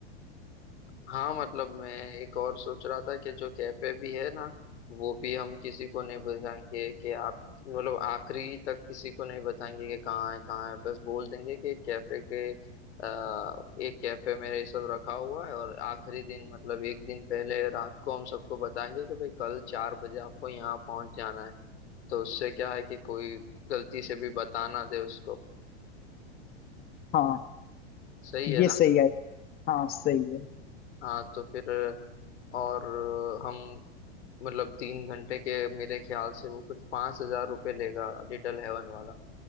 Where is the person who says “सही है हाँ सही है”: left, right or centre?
Left